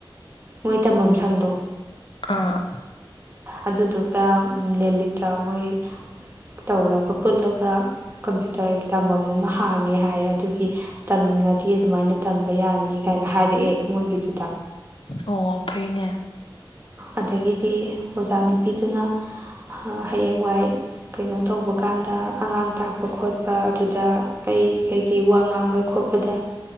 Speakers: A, on the right; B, on the left.
A: ꯃꯣꯏ ꯇꯝꯐꯝ ꯁꯪꯗꯣ
B: ꯑꯥ
A: ꯑꯗꯨꯗꯨꯒ ꯅꯦꯂꯤꯀꯥ ꯃꯣꯏ ꯇꯧꯔꯒ ꯄꯨꯜꯂꯒ꯫ ꯀꯝꯄ꯭ꯌꯨꯇꯔꯒꯤ ꯇꯝꯐꯝꯝ ꯑꯃ ꯍꯥꯡꯉꯦ ꯍꯥꯏ ꯑꯗꯨꯒꯤ ꯇꯝꯅꯤꯡꯉꯗꯤ ꯑꯗꯨꯃꯥꯏꯅ ꯇꯝꯕ ꯌꯥꯅꯤ꯫ ꯀꯥꯏꯅ ꯍꯥꯏꯔꯛꯑꯦ ꯃꯣꯏꯒꯤꯗꯨ꯫
B: ꯑꯣ ꯐꯩꯅꯦ꯫
A: ꯑꯗꯒꯤꯗꯤ ꯑꯣꯖꯥ ꯅꯨꯄꯤꯗꯨꯅ꯫ ꯍꯌꯦꯡꯋꯥꯏ ꯀꯩꯅꯣ ꯇꯧꯕ ꯀꯥꯟꯗ ꯑꯉꯥꯡ ꯇꯥꯛꯄ ꯈꯣꯠꯄ꯫ ꯄ ꯑꯗꯨꯗ ꯑꯩ ꯀꯩꯀꯩ ꯋꯥ ꯉꯥꯡꯕꯗ ꯈꯣꯠꯄꯗ꯫